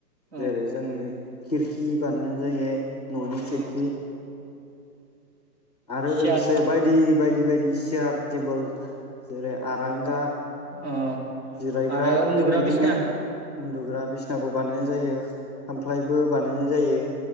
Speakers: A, on the right (about 40°); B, on the left (about 25°).
A: औ
B: जेरै जोंनि खिरखि बानायनाय जायो न'नि खिरखि
A: औ
B: आरो
A: सियार
B: लोगोसे बायदि बायदि बायदि सियार टेबोल जेरै आरांगा
A: अ
B: जिरायग्रा
A: आरो उन्दग्रा
B: बिदिनो
A: बिसना
B: उन्दुग्रा बिसनाबो बानायनाय जायो खामफ्लायबो बानायनाय जायो।